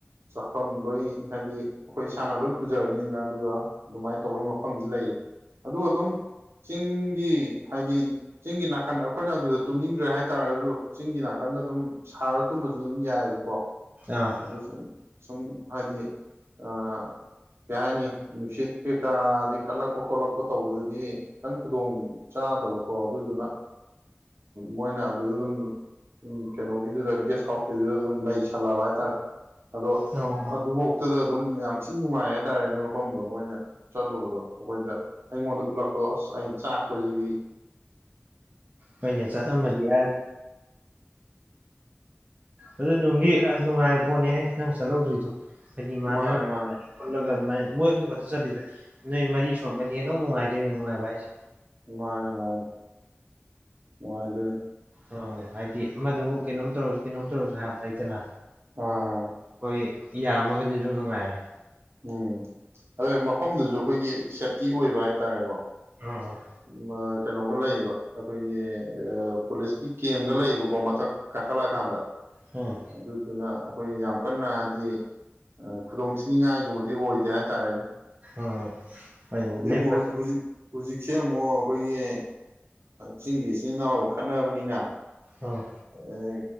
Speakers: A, on the right (about 70°); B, on the right (about 35°).
A: ꯆꯥꯐꯝ ꯂꯣꯏ ꯍꯥꯏꯗꯤ ꯑꯩꯈꯣꯏ ꯏꯁꯥꯅ ꯂꯣꯏ ꯄꯨꯖꯔꯅꯤꯗꯅ ꯑꯗꯨꯒ ꯑꯗꯨꯃꯥꯏꯅ ꯇꯧꯕꯒꯤ ꯃꯐꯝꯗꯤ ꯂꯩꯌꯦ ꯑꯗꯨꯒ ꯑꯗꯨꯝ ꯆꯤꯡꯒꯤ ꯍꯥꯏꯗꯤ ꯆꯤꯡꯒꯤ ꯅꯥꯀꯟꯗ ꯑꯩꯈꯣꯏꯅ ꯑꯗꯨꯗ ꯇꯨꯝꯅꯤꯡꯗ꯭ꯔꯦ ꯍꯥꯏꯇꯥꯔꯒꯁꯨ ꯆꯤꯡꯒꯤ ꯅꯥꯀꯟꯗ ꯑꯗꯨꯝ ꯁꯥꯔ ꯇꯨꯝꯕꯁꯨ ꯑꯗꯨꯝ ꯌꯥꯏꯌꯦꯕꯀꯣ
B: ꯑꯥ
A: ꯑꯗꯨꯁꯨ ꯁꯨꯝ ꯍꯥꯏꯗꯤ ꯑ ꯀꯩ ꯍꯥꯏꯅꯤ ꯅꯨꯡꯁꯤꯠ ꯀꯩꯀꯥꯗꯤ ꯀꯠꯂꯛꯄ ꯈꯣꯠꯂꯛꯄ ꯇꯧꯕꯗꯗꯤ ꯈꯤꯇꯪ ꯈꯨꯗꯣꯡ ꯆꯥꯗꯕꯀꯣ ꯑꯗꯨꯗꯨꯅ ꯃꯣꯏꯅ ꯑꯗꯨꯗ ꯑꯗꯨꯝ ꯀꯩꯅꯣꯒꯤꯗꯨꯗ ꯒꯦꯁ ꯍꯥꯎꯁꯀꯤꯗꯨꯗ ꯑꯗꯨꯝ ꯂꯩꯁꯜꯂꯕ ꯍꯥꯏꯇꯥꯔꯦ ꯑꯗꯣ
B: ꯑꯣ
A: ꯑꯗꯨꯐꯥꯎꯇꯗ ꯑꯗꯨꯝ ꯌꯥꯝ ꯊꯤꯅ ꯅꯨꯡꯉꯥꯏ ꯍꯥꯏꯇꯥꯔꯦꯅꯦ ꯃꯐꯝꯗꯣ ꯃꯣꯏꯅ ꯆꯠꯂꯨꯕꯗꯣ ꯑꯩꯈꯣꯏꯗ ꯑꯩꯉꯣꯟꯗ ꯎꯠꯂꯛꯄꯗꯣ ꯑꯁ ꯑꯩꯅ ꯆꯥꯛ ꯄ ꯆꯥꯕꯤ
B: ꯍꯣꯏꯅꯦ ꯆꯠꯂꯝꯃꯗꯤ ꯍꯥꯏꯝ ꯑꯗꯨ ꯅꯨꯡꯗꯤ ꯅꯨꯡꯉꯥꯏꯕ ꯄꯣꯠꯅꯦꯍꯦ ꯅꯡ ꯆꯠꯂꯩꯗ꯭ꯔꯤꯗꯣ ꯍꯥꯏꯗꯤ ꯃꯥꯅꯔꯥꯞ
A: ꯃꯥꯅꯦ ꯃꯥꯅꯦ
B: ꯈꯣꯠꯂꯒ ꯑꯗꯨꯝꯅ ꯃꯣꯏ ꯑꯍꯨꯝ ꯈꯛꯇ ꯆꯠꯂꯤꯗ ꯅꯣꯏ ꯃꯔꯤ ꯁꯣꯟꯃꯗꯤ ꯁꯨꯔꯝꯃꯗꯤ ꯍꯦꯅꯥ ꯑꯃꯨꯛ ꯅꯨꯉꯥꯏꯗꯣꯏꯅꯤ ꯅꯨꯉꯥꯏꯕꯥ ꯍꯥꯌꯁꯦ
A: ꯃꯥꯅꯤ ꯃꯥꯅꯤ <unintelligible>
B: ꯑꯣ ꯍꯥꯏꯗꯤ ꯑꯃꯗꯨꯕꯨ ꯀꯩꯅꯣꯝ ꯇꯧꯔꯁꯨ ꯀꯩꯅꯣꯝ ꯇꯧꯔꯁꯨ ꯍꯥ ꯂꯩꯇꯅ
A: ꯑꯥ
B: ꯍꯣꯏꯌꯦ ꯌꯥ ꯃꯒꯗꯤ ꯑꯗꯨꯝ ꯅꯨꯉꯥꯏꯇꯦ
A: ꯎꯝ ꯑꯗꯨ ꯃꯐꯝꯗꯨꯁꯨ ꯑꯩꯈꯣꯏꯒꯤ ꯁꯦꯞꯇꯤ ꯑꯣꯏꯕ ꯍꯥꯏꯇꯥꯔꯦꯀꯣ
B: ꯎꯝ
A: ꯃꯥ ꯀꯩꯅꯣꯒ ꯂꯩꯌꯦꯕ ꯑꯩꯈꯣꯏꯒꯤ ꯄꯨꯂꯤꯁꯀꯤ ꯀꯦꯝꯒ ꯂꯩꯌꯦꯕꯀꯣ ꯃꯊꯛ ꯀꯥꯏꯈꯠꯂꯛꯑꯀꯥꯟꯗ
B: ꯎꯝ
A: ꯑꯗꯨꯗꯨꯅ ꯑꯩꯈꯣꯏ ꯌꯥꯝ ꯀꯟꯅ ꯍꯥꯏꯗꯤ ꯈꯨꯗꯣꯡ ꯊꯤꯅꯤꯡꯉꯥꯏ ꯒꯨꯝꯕꯗꯤ ꯑꯣꯏꯗꯦ ꯍꯥꯏꯇꯥꯔꯦꯅꯦ
B: ꯑ ꯀꯥꯏꯌꯣ
A: ꯑꯗꯩ
B: ꯂꯤꯄꯥꯁꯥ
A: ꯑꯃꯨꯛ ꯍꯧꯖꯤꯛ ꯍꯧꯖꯤꯛꯁꯦ ꯑꯃꯨꯛ ꯑꯩꯈꯣꯏꯒꯤ ꯆꯤꯡꯒꯤ ꯏꯆꯤꯟꯜ ꯏꯅꯥꯎ ꯈꯠꯅꯕꯅꯤꯅ
B: ꯎꯝ
A: ꯑꯦ